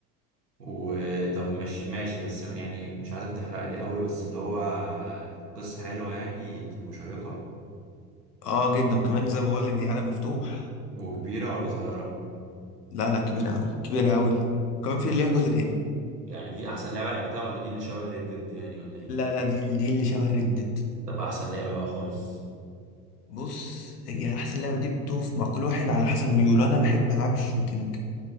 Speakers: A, on the right; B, on the left.
A: وطب مش ماشي بس يعني مش عايزك تحرق لي قوي بس اللي هو قصة حلوة يعني مشيقة
B: اه جدا وكمان زي ما بقول لك دي عالم مفتوح
A: وكبيرة ولا صغيرة
B: لا لا كبيرة قوي كبيرة قوي وكمان في ليها جزء تاني
A: يعني دي احسن لعبة لعبتها ولا دي اللي شبه ريد ديد يعني ولا ايه
B: لا لا دي دي اللي شبه ردد
A: طب احسن لعبة بقى خالص
B: بص هي احسن لعبة دي بتقف مع كل واحد على حسب ميوله انا بحب العاب الشوتينج